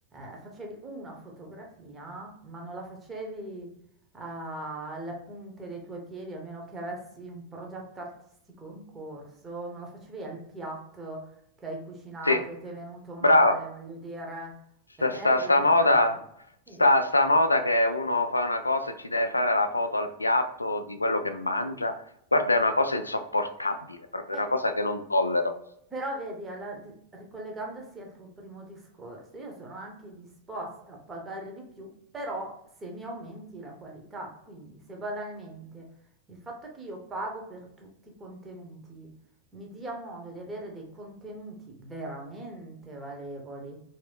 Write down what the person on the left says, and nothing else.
sì,
brava,
sta,
sta-
sta moda,
sta, sta moda che uno fa una cosa e ci deve fare la foto al piatto di quello che mangia. Guarda, è una cosa insopportabile, proprio
una cosa che non tollero.